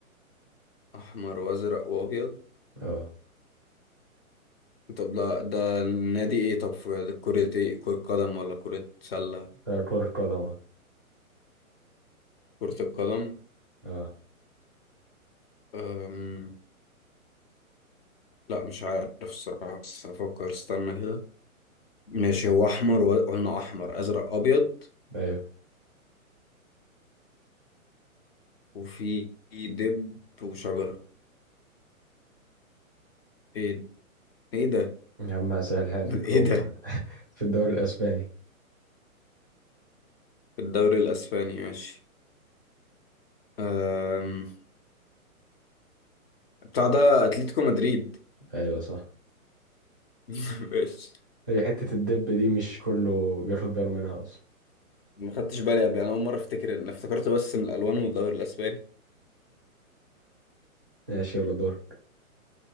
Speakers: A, on the left (about 45°); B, on the right (about 15°).
A: احمر وازرق وابيض
B: اه
A: طب ده ده النادي ايه طب في كرة ايه كرة قدم ولا كرة سلة
B: آه، كرة قدم اه
A: كرة القدم
B: آه،
A: أم... لا مش عارف الصراحة بس هفكر استنى كده ماشي هو أحمر و- قلنا أحمر أزرق أبيض
B: أيوه
A: وفي دب وشجرة ايه ايه ده
B: يا عم هسهلها لك
A: <laughs> ايه
B: هو
A: ده
B: في الدوري الأسباني
A: في الدوري الأسباني ماشي أم... بتاع ده أتلتيكو مدريد
B: أيوه صح
A: <laughs> ماشي
B: هي حتة الدب دي مش كله بياخد باله منها أصلا
A: ما خدتش بالي قبل أنا أول مرة أفتكر إن افتكرت بس من الألوان والدوري الأسباني
B: ماشي يلا دور